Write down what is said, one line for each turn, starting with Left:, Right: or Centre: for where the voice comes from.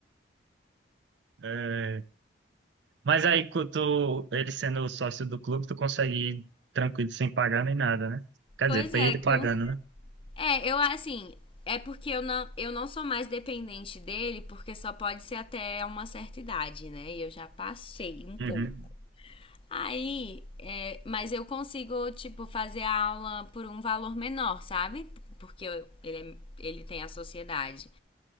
Right: É, mas aí, quando tu, ele sendo o sócio do clube, tu consegue ir tranquilo, sem pagar nem nada, né? Quer
Left: Pois
Right: dizer, pra
Left: é,
Right: ele
Left: com
Right: pagando, né?
Left: É, eu assim, é porque eu não, eu não sou mais dependente dele, porque só pode ser até uma certa idade, né? E eu já passei um pouco.
Right: Uhum.
Left: Aí, é, mas eu consigo, tipo, fazer a aula por um valor menor, sabe? Porque eu- ele, é- ele tem a sociedade.